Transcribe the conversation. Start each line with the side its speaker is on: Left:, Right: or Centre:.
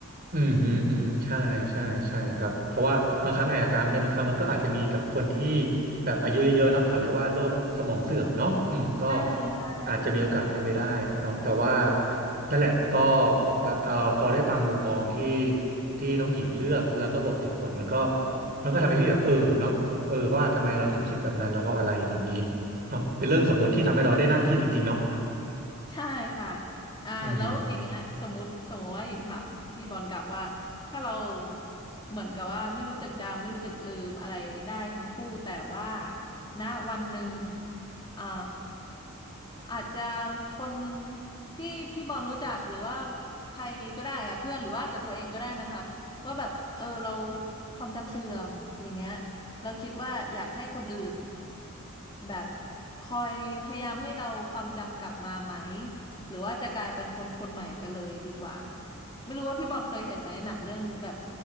Right: อืมฮึอืมใช่ใช่ใช่ครับเพราะว่าบางครั้งไออาการพวกเนี้ยบางครั้งมันก็อาจจะมีกับคนที่แบบอายุเยอะๆเนาะเขาเรียกว่าโรคสมองเสื่อมเนาะอืมก็
Left: ๆใช่ใช่
Right: อาจจะมีโอกาสเป็นไปได้เนาะแต่ว่านั่นแหละก็แต่เอ่อพอได้ฟังมุมมองที่ที่น้องหญิงเลือกแล้วก็บอกเหตุผลมันก็มันก็ทำให้พี่แบบเออเนาะเออว่าทำไมเราถึงคิดแบบนั้นแล้วเพราะอะไรอย่างนี้เนาะเป็นเรื่องสมมุติที่ทำให้เราได้นั่งคิดจริงๆเนาะ
Left: ใช่ค่ะอ่าแล้วอย่างเงี้ยสมมติสมมติว่าหญิงถามพี่บอลกลับว่าถ้าเรา
Right: อืม
Left: เหมือนกับว่าไม่รู้จักจำไม่รู้จักลืมอะไรได้ทั้งคู่แต่ว่าณวันหนึ่งอ่าอาจจะคนที่พี่บอลรู้จักหรือว่าใครก็ได้อะเพื่อนหรือว่าอาจจะตัวเองก็ได้นะคะว่าแบบเออเราความจำเสื่อมอย่างเงี้ย เราคิดว่าอยากให้คนอื่นแบบคอยพยายามให้เราความจำกลับมาไหมหรือว่าจะกลายเป็นคนคนใหม่ไปเลยดีกว่าไม่รู้ว่าพี่บอลเคยเห็นไหมหนังเรื่องแบบ